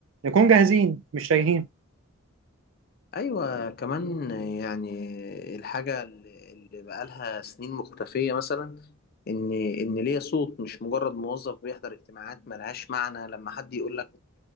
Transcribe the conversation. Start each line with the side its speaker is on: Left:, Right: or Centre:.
Right: نكون جاهزين مش تايهين
Left: ايوه كمان يعني الحاجه اللي اللي بقالها سنين مختفيه مثلا ان ان ليا صوت مش مجرد موظف بيحضر اجتماعات ملهاش معنى لما حد يقول لك